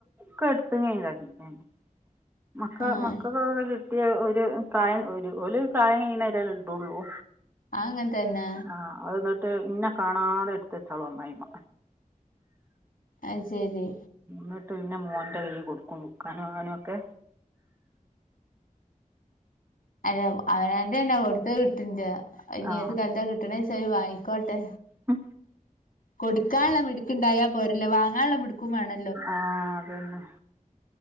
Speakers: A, on the right; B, on the left.
A: കുഴപ്പളില്ലാക്കിക്കാണ് മക്ക
B: ആഹ്
A: മക്കക്കോലൊരു ക്കെ ഒരു പ്രായം ഒരു ഒരു പ്രായം കയിണവേരെയല്ലേ ഇത്ടുള്ളൂ
B: അതങ്ങനെതന്നെ
A: ആ അതെന്നിട്ട് ഇന്നെ കാണാതെടുത്തച്ചാളമ്മായമ്മ
B: അയ്ശെരി
A: ന്ന്ട്ട്പിന്നെ മോന്റെ കയ്യി കൊടുക്കും വിക്കാനും വാങ്ങാനും ഒക്കെ
B: അല്ല അവനവന്റെയെന്നെ കൊട്ത് കുട്ടിന്റെ ഇനി
A: ആ
B: ഏത് കാലത്താ കിട്ട്ണെച്ചാ ഇനി വാങ്ങിക്കോട്ടെ
A: അ
B: കൊടുക്കാന്ള്ള മിട്ക്ക്‌ണ്ടായാ പോരല്ലോ വാങ്ങാന്ള്ള മിട്ക്കും വേണം
A: ആ അതന്നെ